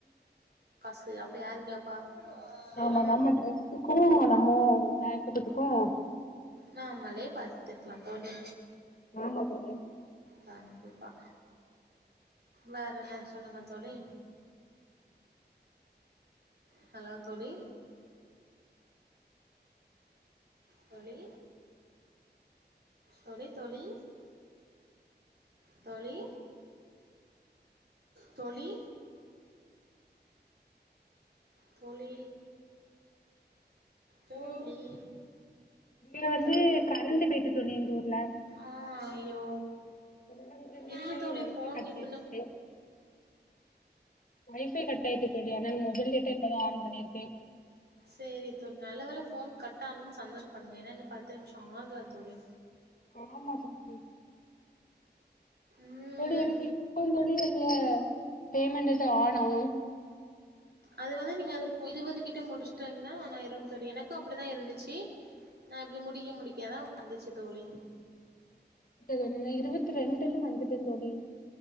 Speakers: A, on the right; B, on the left.
A: கு அப்ப யாரு கேப்பா சொல்லுங்க
B: ஆமா நம்ம ட்ரஸுக்கு நம்ம மோ மேக்கப்கு அ
A: நம்மாலே பத்துக்கலா தோழி
B: ஆமா தோழி
A: கண்டிப்பா வேறென்ன சொல்லுங்க தோழி ஹலோ தோழி தோழி தோழி தோழி தோழி தோழி தோழி தோழி
B: ஹலோ இங்க வந்து
A: தோழி
B: கரண்ட் போயிட்டு தோழி எங்ஊர்ல
A: ஆ ஐயோ
B: அதோட கொஞ்ச நெட்டு
A: இருங்க தோழி
B: ஒய்ஃபை
A: ஃபோன்
B: கட்
A: இப்பன்னு
B: ஆயிட்டு தோழி ஒய்ஃபை கட் ஆயிட்டு அத்னால மொபைல்லே இப்பதா ஆன் பண்ணிருக்கே
A: சேரி தோழி நல்ல வேல ஃபோன் கட் ஆணுன் சந்தோஷப்படுங்க ஏன்னா இன்னு பத்து நிம்ஷோ ஆகாத் தோழி
B: ஆமா தோழி
A: ம்
B: தோழி எனக்கு எப்போங் தோழி அந்த பேமெண்ட்டு தா ஆட் <unintelligible>
A: அது வந்து நீங்க அதுக் போ இருவது கிட்ட முடிஸ்ட்டங்கன்னா எண்ணாயிறுங் தோழி எனக்கும் அப்புடிதா இருந்துச்சி நா இப்புடி முடிக்க முடிக்காதா வந்துச்சுத் தோழி
B: <unintelligible> இருவத்தி ரெண்டுல வந்துட்ட தோழி